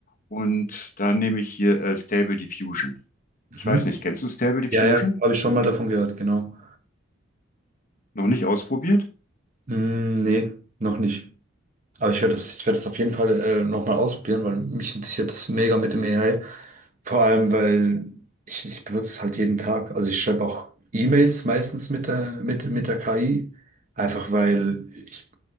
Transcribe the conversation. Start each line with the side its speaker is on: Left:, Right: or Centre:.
Left: Und dann nehme ich hier äh, Stable Diffusion.
Right: Mhm.
Left: Ich weiß nicht, kennst du Stable Diffusion?
Right: Ja, ja, habe ich schon mal davon gehört, genau.
Left: Noch nicht ausprobiert?
Right: Mm, nee, noch nicht. Aber ich werde das, ich werde das auf jeden Fall äh, nochmal ausprobieren, weil mich interessiert das mega mit dem AI. Vor allem, weil ich, ich benutze es halt jeden Tag. Also ich schreibe auch E-Mails meistens mit der, mit, mit der KI. Einfach weil ich